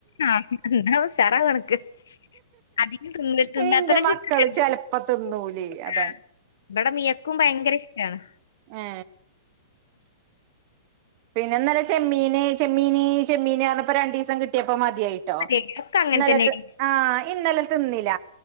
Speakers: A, on the left (about 80°); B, on the right (about 35°).
A: ആ ചറാ കണക്ക് അധ തണ്ടാത്ത
B: ഇന്റെ മക്കള്
A: ചെക്കക്കെണ്ട്
B: ചെലപ്പോ തിന്നൂലേ അതാണ്
A: <inaudible> ആ ഇവിടെ മിയക്കും ഭയങ്കര ഇഷ്ടമാണ്
B: ആ പിന്നെന്നാല ചെമ്മീന് ചെമ്മീന് ചെമ്മീന് പറഞ്ഞപ്പോ രണ്ടു ദിവസം കിട്ടിയപ്പ മതി ായിട്ടോ
A: അതെ ഒക്കെ അങ്ങൻ
B: ഇന്നല
A: തന്നെടി
B: ആ ഇന്നല തിന്നില്ല